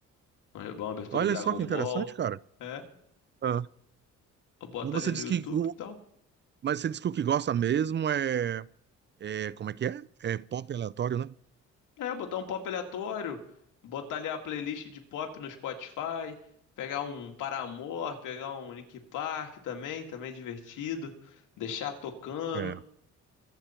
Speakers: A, on the left (about 85°); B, on the right (about 40°).
A: Uma uma abertura
B: Olha
A: de Dragon
B: só que interessante,
A: Ball.
B: cara.
A: É.
B: Ah.
A: Eu boto
B: Mas você
A: ali no
B: diz
A: YouTube
B: que, o-
A: e tal.
B: mas você diz que o que gosta mesmo é, é, como é que é? É pop aleatório, né?
A: É, botar um pop aleatório. Botar ali a playlist de pop no Spotify. Pegar um Paramore, pegar um Linkin Park também, também é divertido. Deixar tocando.
B: É.